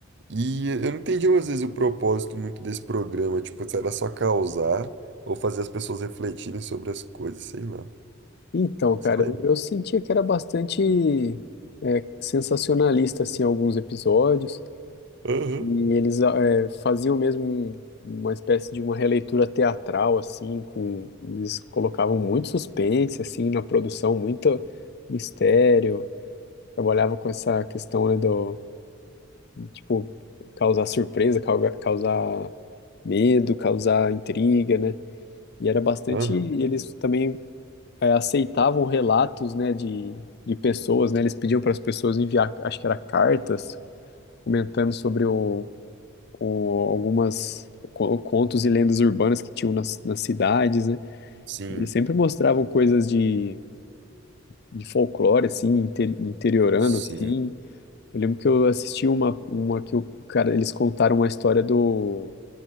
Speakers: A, on the right; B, on the left.
A: E eu não entendi às vezes o propósito muito desse programa, tipo, se era só causar ou fazer as pessoas refletirem sobre as coisas, sei lá.
B: Então, cara,
A: Sabe?
B: eu eu sentia que era bastante é, sensacionalista, assim, alguns episódios.
A: Aham,
B: E eles eh, faziam mesmo um- uma espécie de uma releitura teatral, assim, com eles colocavam muito suspense, assim, na produção, muito mistério. Trabalhava com essa questão, né, do, de, tipo, causar surpresa, cauga- causar medo, causar intriga, né? E era bastante,
A: aham.
B: eles também eh, aceitavam relatos, né, de, de pessoas, né? Eles pediam para as pessoas enviar, acho que era cartas, comentando sobre o o- algumas co- contos e lendas urbanas que tinham nas, nas cidades, né?
A: Sim,
B: Eles sempre mostravam coisas de, de folclore, assim, inter- interiorano,
A: sim,
B: assim. Eu lembro que eu assisti uma, uma que o cara, eles contaram uma história do,